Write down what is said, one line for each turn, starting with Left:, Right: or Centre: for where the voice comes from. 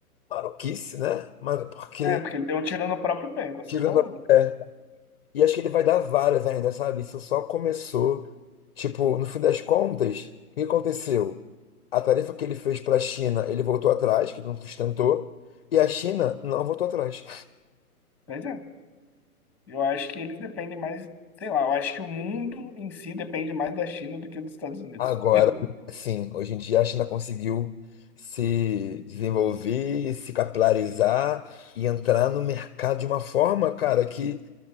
Left: maluquice, né? Mas porque
Centre: É, porque ele deu um tiro no próprio pé, como
Left: Tirando
Centre: você falou.
Left: a... é. E acho que ele vai dar várias ainda, sabe? Isso só começou. Tipo, no fim das contas, o que aconteceu? A tarefa que ele fez para a China, ele voltou atrás, que não sustentou, e a China
Centre: Uhum.
Left: não voltou atrás.
Centre: Pois é. Eu acho que eles dependem mais, sei lá, eu acho que o mundo em si depende mais da China do que dos Estados Unidos.
Left: Agora,
Centre: <laughs>
Left: sim, hoje em dia a China conseguiu se desenvolver, se capilarizar e entrar no mercado de uma forma, cara, que